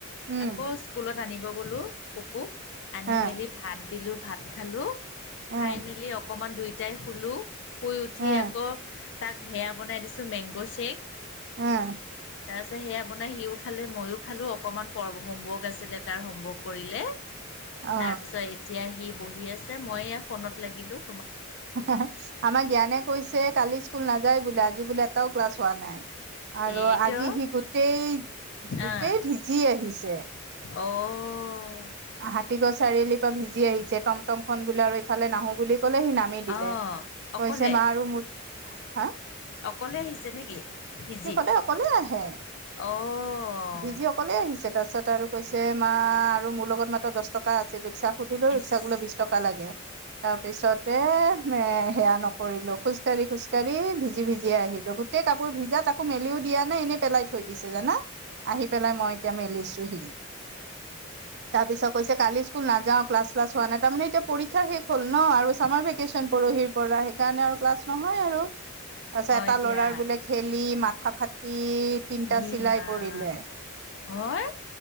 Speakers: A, on the right (about 55°); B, on the left (about 60°).
A: উম
B: আকৌ স্কুলত। আনিব গলো পকু আনি
A: অ
B: মেলি ভাত দিলোঁ ভাত খালোঁ। খাই
A: অ
B: মেলি অকমান দুইটাই শুলোঁ শুই উঠি
A: অ
B: আকৌ। তাক ভেয়া বনাই দিছোঁ মেংগ' শ্বেক।
A: উম।
B: তাৰপিছত সেয়া বনাই সিও খালে মইও খালো অকনমান পৰা হমৱৰ্ক আছিলে তাৰ হমৱৰ্ক কৰিলে।
A: অ
B: তাৰ পিছত এতিয়া সি বহি আছে মই এইয়া ফোনত লাগিলো।
A: আমাৰ জ্ঞানে কৈছে কালি স্কুল নাযায় বোলে আজি বোলে এটাও ক্লাছ হোৱা নাই। আৰু
B: এ কিয়
A: আজি সি গোটেই গোটেই
B: আহ
A: ভিজি আহিছে।
B: অ'।
A: হাতীগছ চাৰিআলিৰ পৰা ভিজি আহিছে টমটম খন বোলা আৰু। ফালে নাহো বুলি কলে সি নামি দিলে
B: অ' অকলে
A: কৈছে মা আৰু মোৰ হা।
B: অকলে
A: <inaudible>
B: আহিছে নেকি ভিজি
A: সি সদায় অকলে আহে।
B: অ'
A: ভিজি অকলে আহিছে তাৰপিছত। আৰু কৈছে মা আৰু মোৰ লগত মাত্ৰ দহ টকা আছে ৰিক্সা। সুধিলেও
B: ইচ
A: ৰিক্সা বোলে বিশ টকা লাগে তাৰপিছতে এ। সেয়া নকৰিলো। খোজকাঢ়ি খোজকাঢ়ি ভিজি ভিজি আহিলো গোটেই। কাপোৰ ভিজা তাকো মেলিও দিয়া এনে এনেই পেলাই থৈ দিছে জানা।। আহি পেলাই মই এতিয়া মেলিছো সিদিন। তাৰ পিছত কৈছে কালি স্কুল নাযাওঁ ক্লাছ। চ্লাছ হোৱা নাই তাৰে এতিয়া পৰীক্ষা শেষ হ'ল নহ আৰু চামাৰ ভেকেচন পৰহিৰ পৰা সেইকাৰণে আৰু ক্লাছ নহয় আৰু। তাৰ পিছত
B: হয়
A: এটা
B: দিয়া।
A: ল'ৰাৰ বোলে খেলি মাথা ফাটি তিনিটা
B: ইয়ে
A: চিলাই
B: ৰাম।
A: পৰিলে।
B: হয়?